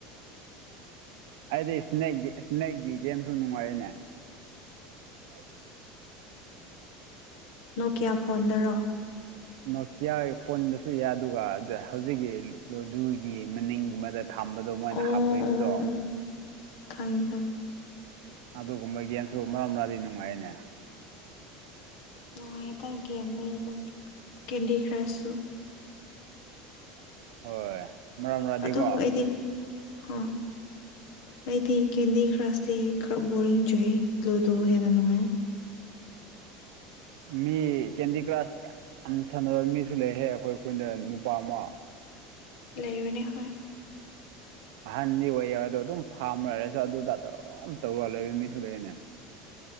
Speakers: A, on the right (about 65°); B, on the left (about 65°).
A: ꯑꯩꯗꯤ ꯏꯁ ꯏꯁꯅꯦꯛꯀꯤ ꯒꯦꯝꯁꯨ ꯅꯨꯡꯉꯥꯏꯔꯅꯦ <unintelligible>
B: ꯅꯣꯀꯤꯌꯥ ꯐꯣꯟꯗꯔꯣ
A: ꯅꯣꯀꯤꯌꯥ ꯐꯣꯟꯕꯗꯁꯨ ꯌꯥꯏ ꯑꯗꯨꯒ ꯍꯧꯖꯤꯛꯀꯤ ꯂꯣꯗꯨꯒꯤ ꯃꯅꯤꯡꯒꯨꯝꯕꯗ ꯊꯝꯕꯗꯣ ꯃꯣꯏꯅ
B: ꯑꯣ
A: ꯍꯥꯞꯄꯤꯕꯗꯣ
B: ꯑꯣ ꯑꯣ ꯈꯪꯉꯦ ꯈꯪꯉꯦ
A: ꯑꯗꯨꯒꯨꯝꯕ ꯒꯦꯝꯁꯨ ꯃꯔꯛ ꯃꯔꯛꯗꯤ ꯅꯨꯡꯉꯥꯏꯅꯦ
B: ꯅꯨꯡꯉꯥꯏꯌꯦꯗ ꯒꯦꯝ ꯂꯣꯏꯅꯃꯛ ꯀꯦꯟꯗꯤ ꯀ꯭ꯔꯥꯁꯁꯨ
A: ꯍꯣꯏ ꯃꯔꯛ ꯃꯔꯛꯇꯗꯤꯀꯣ
B: ꯑꯗꯨꯕꯨ ꯑꯩꯗꯤ ꯑ ꯑꯩꯗꯤ ꯀꯦꯟꯗꯤ ꯈ꯭ꯔꯥꯁꯇꯤ ꯈꯔ ꯕꯣꯔꯤꯡ ꯆꯨꯏ ꯂꯨꯗꯨ ꯍꯦꯟꯅ ꯅꯨꯡꯉꯥꯏ
A: ꯃꯤ ꯀꯦꯟꯗꯤ ꯀ꯭ꯔꯥꯁ ꯌꯥꯝ ꯁꯥꯟꯅꯕ ꯃꯤꯁꯨ ꯂꯩꯍꯦ ꯑꯩꯈꯣꯏ ꯑꯩꯈꯣꯏꯅꯗ ꯅꯨꯄꯥ ꯑꯃ
B: ꯂꯩꯕꯅꯦ ꯍ
A: ꯑꯍꯟꯗꯤ ꯑꯣꯏꯌꯦ ꯍꯥꯏꯗꯣ ꯑꯗꯨꯝ ꯐꯥꯔꯝ ꯂꯩꯔꯁꯨ ꯑꯗꯨꯗ ꯑꯗꯨꯝ ꯇꯧꯔ ꯂꯩꯕ ꯃꯤꯁꯨ ꯂꯩꯅꯦ